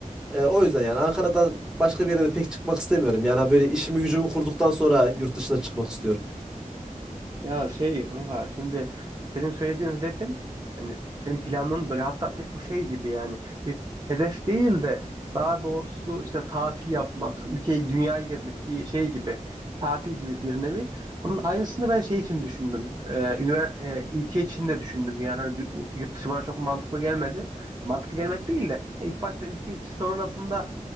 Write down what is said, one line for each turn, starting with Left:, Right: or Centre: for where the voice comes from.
Centre: E, o yüzden yani Ankara'dan başka bir yere de pek çıkmak istemiyorum. Yani böyle işimi gücümü kurduktan sonra yurt dışına çıkmak istiyorum.
Right: Ya şey kanka şimdi senin söylediğin hedefin hani senin planın böyle hatta bir- bu şey gibi yani bir hedef değil de daha doğrusu işte tatil yapmak, ülkeyi, dünyayı gezmek bir şey gibi tatil gibi bir nevi. Onun aynısını ben şey için düşündüm. Ee, ünivers- e, ülke için de düşündüm yani hani dü- yurt dışı bana çok mantıklı gelmedi. Mantıklı gelmedi değil de hani ilk başta ülke içi sonrasında